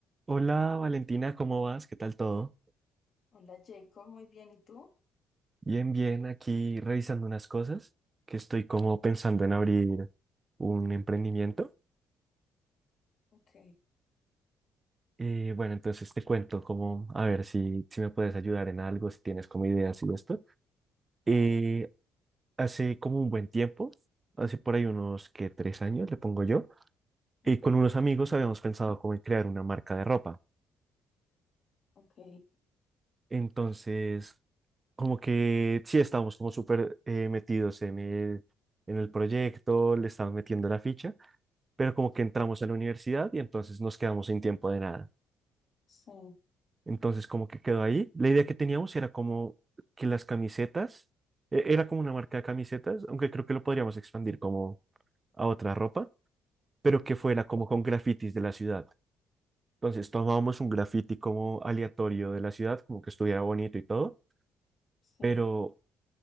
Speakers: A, on the right; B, on the left.
A: Hola Valentina, ¿cómo vas? ¿Qué tal todo?
B: Hola Jacob, muy bien, ¿y tú?
A: Bien, bien, aquí revisando unas cosas que estoy como pensando en abrir un emprendimiento.
B: Ok,
A: Eh, bueno, entonces te cuento como, a ver si, si me puedes ayudar en algo, si tienes como ideas y esto.
B: claro,
A: Eh,
B: dime.
A: hace como un buen tiempo, hace por ahí unos que tres años, le pongo yo,
B: Ujú,
A: y con unos amigos habíamos pensado como en crear una marca de ropa.
B: Ok,
A: Entonces... como que sí estábamos como súper eh, metidos en el, en el proyecto, le estamos metiendo la ficha, pero como que entramos a la universidad y entonces nos quedamos sin tiempo de nada.
B: sí,
A: Entonces como que quedó ahí. La idea que teníamos era como que las camisetas, e- era como una marca de camisetas, aunque creo que lo podríamos expandir como a otra ropa, pero que fuera como con grafitis de la ciudad. Entonces tomábamos un grafiti como aleatorio de la ciudad, como que estuviera bonito y todo,
B: sí.
A: pero